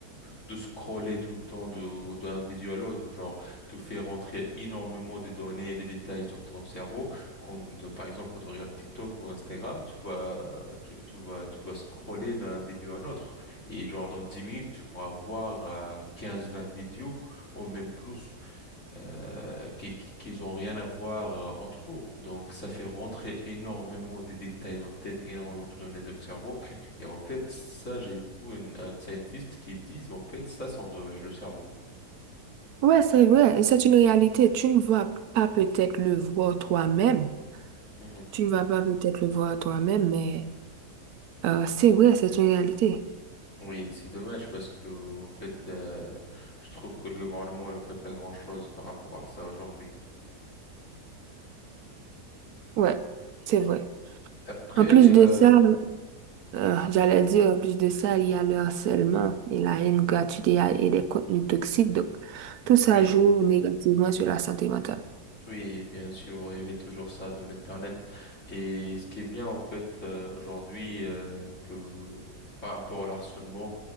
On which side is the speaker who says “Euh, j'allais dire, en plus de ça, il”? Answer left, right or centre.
Right